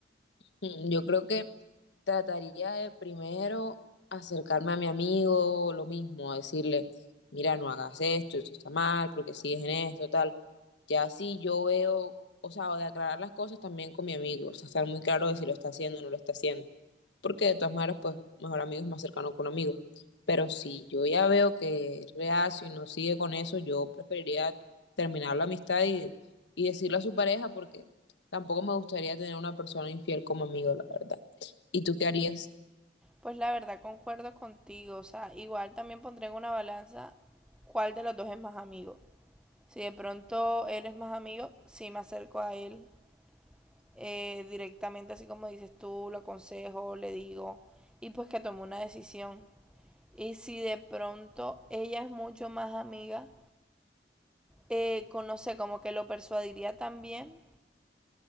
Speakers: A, on the left; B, in the centre.
A: Mm, Yo creo que Trataría de primero acercarme a mi amigo, lo mismo, a decirle, mira, no hagas esto, esto está mal, porque sigues en esto, tal. Ya si yo veo, o sea, o de aclarar las cosas también con mi amigo, o sea, estar muy claro de si lo está haciendo o no lo está haciendo, porque de todas maneras, pues, mejor amigo es más cercano que un amigo. Pero si yo ya veo que es reacio y no sigue con eso, yo preferiría terminar la amistad y, y decirlo a su pareja, porque tampoco me gustaría tener una persona infiel como amigo, la verdad. ¿Y tú qué harías?
B: Pues la verdad concuerdo contigo, o sea, igual también pondré en una balanza cuál de los dos es más amigo. Si de pronto él es más amigo, sí me acerco a él eh, directamente, así como dices tú, lo aconsejo, le digo, y pues que tome una decisión. Y si de pronto ella es mucho más amiga, eh, no sé, como que lo persuadiría también,